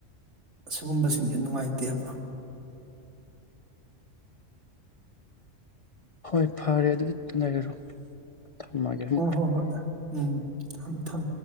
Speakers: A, on the right; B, on the left.
A: ꯁꯤꯒꯨꯝꯕꯁꯤꯡꯁꯦ ꯅꯨꯡꯉꯥꯏꯇꯦꯕ
B: ꯍꯣꯏ ꯐꯔꯦ ꯑꯗꯨꯗꯤ ꯂꯩꯔꯔꯣ ꯊꯝꯃꯒꯦ ꯑꯃꯨꯛ
A: ꯍ ꯍꯣ ꯍꯣꯏ ꯎꯝ ꯊꯝ ꯊꯝ